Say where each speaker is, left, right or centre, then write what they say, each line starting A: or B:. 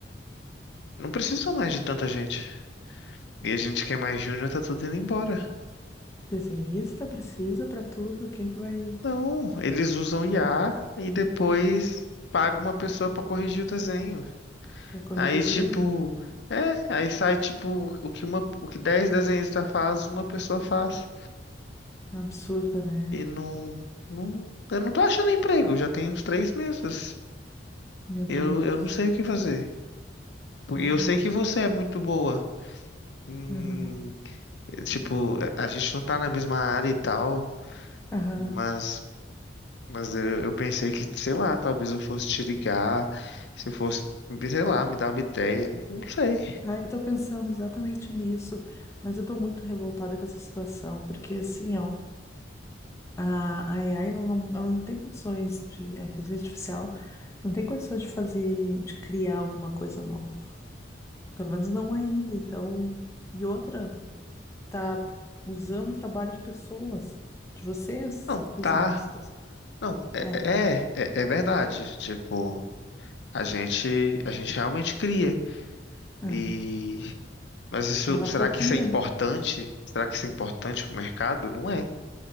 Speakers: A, on the left; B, on the left.
A: não precisam mais de tanta gente. E a gente que é mais júnior tá tudo indo embora.
B: desenhista precisa pra tudo. Quem que vai
A: Não, eles usam IA e depois paga uma pessoa pra corrigir o desenho.
B: pra corrigir
A: Aí
B: os
A: tipo,
B: erros?
A: é, aí sai tipo o que uma, o que 10 desenhistas faz, uma pessoa faz.
B: Absurdo, né?
A: E não, não, eu não tô achando emprego, já tem uns três meses.
B: Meu Deus
A: Eu, eu
B: do
A: não
B: céu.
A: sei o que fazer. Porque
B: Ai,
A: eu sei que você é muito boa. Hum,
B: aham,
A: tipo, a gente não tá na mesma área e tal,
B: aham.
A: mas Mas eu, eu pensei que, sei lá, talvez eu fosse te ligar, se eu fosse, sei lá, me dar uma ideia. Não sei.
B: Tá, eu tô pensando exatamente nisso, mas eu tô muito revoltada com essa situação, porque assim, ó, a a AI, ela não, ela não tem condições de, a inteligência artificial Não tem condições de fazer, de criar alguma coisa nova. Pelo menos não ainda. Então, e outra, tá usando o trabalho de pessoas, de vocês,
A: Não,
B: desenhistas.
A: tá. Não, é,
B: É.
A: é, é é verdade. Tipo, a gente, a gente realmente cria.
B: aham.
A: E, mas isso,
B: E ela
A: será
B: copia.
A: que isso é importante? Será que isso é importante pro mercado? Não é.